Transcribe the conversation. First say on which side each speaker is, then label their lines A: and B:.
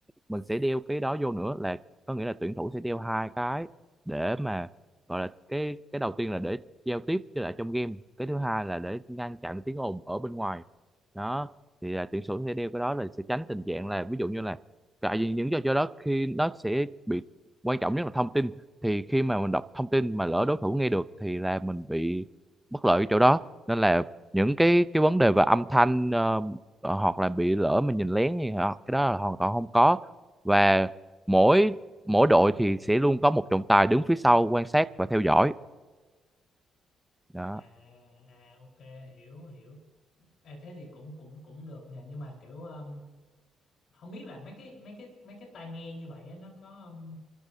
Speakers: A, in the centre; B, on the left.
A: mình sẽ đeo cái đó vô nữa là có nghĩa là tuyển thủ sẽ đeo hai cái để mà gọi là cái cái đầu tiên là để giao tiếp với lại trong game cái thứ hai là để ngăn chặn tiếng ồn ở bên ngoài đó thì là tuyển thủ sẽ đeo cái đó là sẽ tránh tình trạng là ví dụ như là tại vì những trò chơi đó khi nó sẽ bị quan trọng nhất là thông tin thì khi mà mình đọc thông tin mà lỡ đối thủ nghe được thì là mình bị bất lợi ở chỗ đó nên là những cái cái vấn đề về âm thanh ờ, ờ, hoặc là bị lỡ mình nhìn lén gì hoặc cái đó là hoàn toàn không có và mỗi mỗi đội thì sẽ luôn có một trọng tài đứng phía sau quan sát và theo dõi đó
B: à, à ok hiểu hiểu à, thế thì cũng cũng cũng được nha nhưng mà kiểu um, không biết là mấy cái mấy cái mấy cái tai nghe như vậy á, nó có um,